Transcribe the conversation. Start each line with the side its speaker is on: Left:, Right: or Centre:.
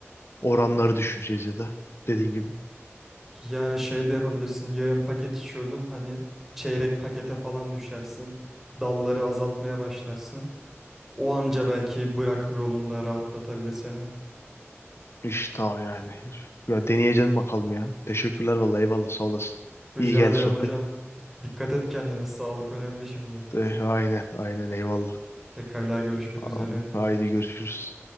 Left: oranları düşüreceğiz ya da dediğin gibi.
Centre: Yani şey de yapabilirsin. Yarım paket içiyordun hani çeyrek pakete falan düşersin. Dalları azaltmaya başlarsın. O anca belki bırakma yolunda rahatlatabilir seni.
Left: İşte o yani. Ya deneyeceğim bakalım ya. Teşekkürler vallahi eyvallah sağ olasın.
Centre: Rica
Left: İyi geldi
Centre: ederim
Left: sohbet.
Centre: hocam. Dikkat et kendine. Sağlık önemli şimdi.
Left: Eh, aynen aynen eyvallah.
Centre: Pekala görüşmek
Left: Tamam,
Centre: üzere.
Left: haydi görüşürüz.